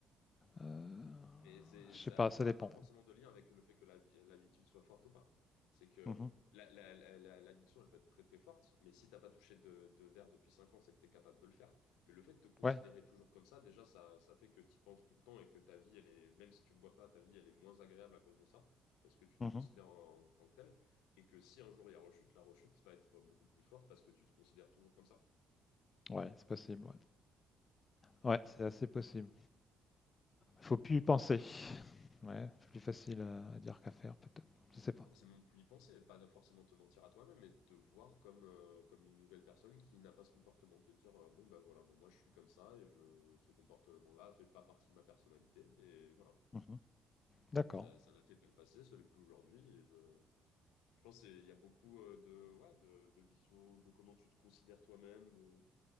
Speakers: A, on the left; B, on the left.
A: heu,
B: Mais c'est,
A: je sais
B: ça,
A: pas,
B: ça
A: ça dépend.
B: n'a pas forcément de lien avec le fait que l'hab- l'habitude soit forte ou pas. C'est que
A: Mmh
B: la, la- la- la- l'addiction, elle peut être très très forte, mais si t'as pas touché de, de verre depuis 5 ans, c'est que tu es capable de le faire. Mais le fait de te considérer
A: Ouais.
B: toujours comme ça, déjà, ça, ça fait que tu penses tout le temps et que ta vie, elle est, même si tu bois pas, ta vie, elle est moins agréable à cause de ça, parce que tu te
A: Mmh
B: considères en, en tant que tel, et que si un jour il y a rechute, la rechute va être beaucoup plus forte parce que tu te considères toujours comme ça.
A: Ouais, c'est possible, ouais. Ouais, c'est assez possible. Faut plus y penser. Ouais, c'est plus facile à à dire qu'à faire peut-être, je sais
B: Pas
A: pas.
B: forcément de plus y penser, pas de forcément te mentir à toi-même, mais de te voir comme, euh, comme une nouvelle personne qui n'a pas ce comportement. Te dire, euh, bon, ben voilà, mais moi je suis comme ça et je, ce comportement-là fait pas partie de ma personnalité. Et voilà,
A: Mmh D'accord.
B: ça, ça l'a fait pas le passé, ça l'est plus aujourd'hui. Et je, je pense qu'il y a beaucoup euh, de, ouais, de, de vision, de comment tu te considères toi-même, de,